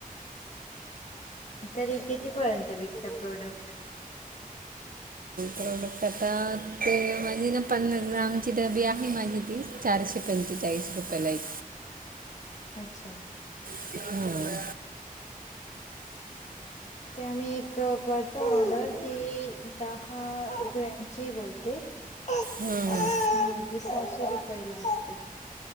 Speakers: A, on the left; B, on the right.
A: तरी कितीपर्यंत विकत प्रोडक्ट
B: प्रॉडक्ट आत्ता ते माझी ना पन्नास ग्राम ची डबी आहे माझी ती चारशे पंचेचाळीस रुपयाला एक,
A: अच्छा,
B: ह
A: ते मी एक करतो ऑर्डर ती दहा ग्रॅमची बहुतेक, <unintelligible>
B: हम्म,
A: म्हणजे सहाशे रुपयाला असते.